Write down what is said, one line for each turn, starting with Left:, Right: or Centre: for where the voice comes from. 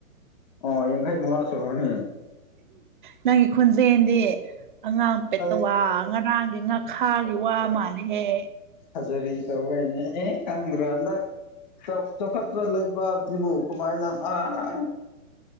Left: ꯑꯣ ꯌꯥꯡꯈꯩ ꯃꯉꯥ ꯁꯨꯈ꯭ꯔꯅꯤ
Right: ꯅꯪꯒꯤ ꯈꯨꯣꯟꯖꯗꯤ ꯑꯉꯥꯡ ꯄꯦꯠꯇꯋꯥ
Left: ꯑꯩ
Right: ꯉꯔꯥꯡꯒꯤ ꯉꯥꯈꯥꯒꯤ ꯋꯥ ꯃꯥꯜꯂꯤꯍꯦ
Left: ꯐꯖꯔꯤ ꯇꯧꯕꯅꯦ ꯑꯦ ꯈꯪꯗ꯭ꯔꯣ ꯍꯟꯗꯛ ꯆꯥꯎꯈꯠꯄ ꯂꯩꯕ ꯁꯤꯕꯨꯨ ꯀꯃꯥꯏꯅ ꯑꯥ